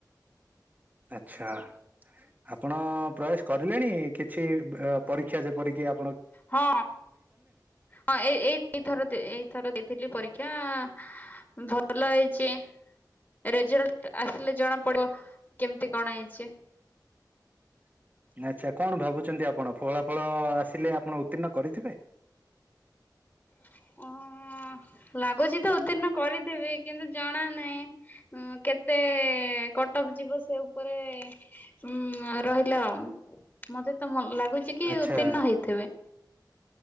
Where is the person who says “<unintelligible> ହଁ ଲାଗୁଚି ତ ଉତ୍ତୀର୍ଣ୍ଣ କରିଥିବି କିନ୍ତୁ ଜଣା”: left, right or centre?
Left